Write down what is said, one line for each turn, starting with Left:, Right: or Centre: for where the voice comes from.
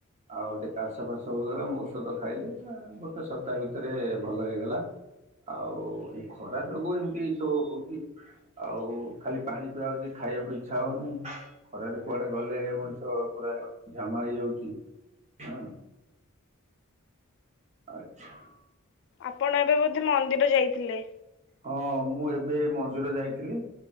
Right: ଆଉ ଟିକେ କାଶ ଫାସ ହେଉଥିଲା ମୁଁ ଔଷଧ ଖାଇଲି ଗୋଟେ ସପ୍ତାହ ଭିତରେ ଭଲ ହେଇଗଲା ଆଉ ଏ ଖରା ଯୋଗୁ ଏମିତି ସବୁ ହେଉଛି ଆଉ ଖାଲି ପାଣି ପିଆ ହେଉଛି ଖାଇବାକୁ ଇଚ୍ଛା ହଉନି। ଖରାରେ କୁଆଡେ ଗଲେ ମଣିଷ ପୁରା ଝାମା ହେଇଯାଉଛି ହଁ। ଆଚ୍ଛା।
Left: ଆପଣ ଏବେ ବୋଧେ ମନ୍ଦିର ଯାଇଥିଲେ।
Right: ହଁ ମୁଁ ଏବେ ମନ୍ଦିର ଯାଇଥିଲି